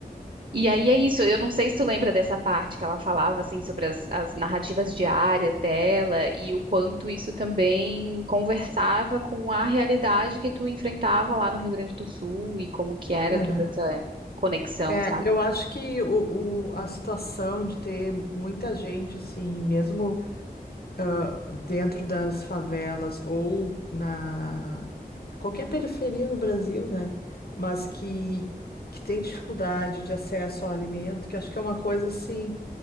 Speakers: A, on the right; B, on the left.
A: E aí é isso, eu não sei se tu lembra dessa parte que ela falava assim sobre as, as narrativas diárias dela e o quanto isso também conversava com a realidade que tu enfrentava lá no Rio Grande do Sul e como que era
B: aham.
A: toda essa conexão,
B: É,
A: sabe?
B: eu acho que o, o- a situação de ter muita gente, assim, mesmo. ah, dentro das favelas ou na qualquer periferia no Brasil, né? Mas que, que tem dificuldade de acesso ao alimento, que acho que é uma coisa assim,